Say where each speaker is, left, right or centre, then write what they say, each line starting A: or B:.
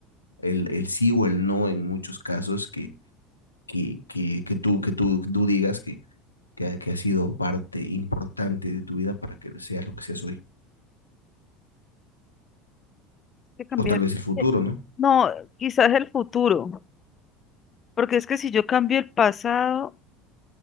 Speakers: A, on the left (about 80°); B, on the left (about 30°).
A: El, el sí o el no en muchos casos que, que, que, que tú, que tú, tú digas que, que, ha que ha sido parte importante de tu vida para que seas lo que seas hoy.
B: que cambiar.
A: O tal vez el futuro,
B: eh,
A: ¿no?
B: No, quizás el futuro, porque es que si yo cambio el pasado,